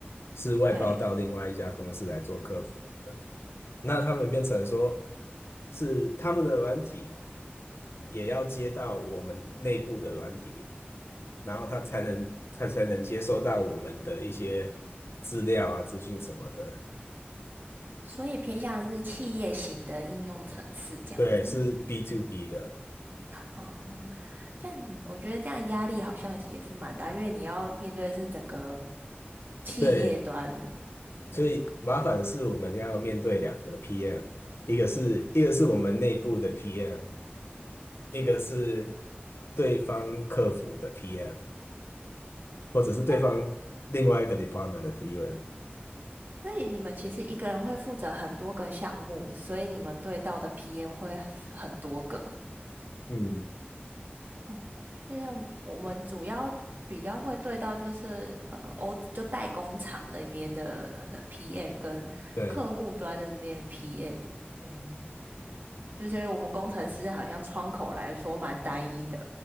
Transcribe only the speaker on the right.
对，
所以偏向是企业型的应用程式这样子。
哦，这样你我觉得这样压力好像也是蛮大，因为你要面对的是整个企业端。
这样，
所以你们其实一个人会负责很多个项目，所以你们对到的 PM 会很多个。
哦，这样我们主要比较会对到就是呃欧就代工厂那边的可能 PM 跟客户端的那边
PM。对，就是我们工程师好像窗口来说蛮单一的，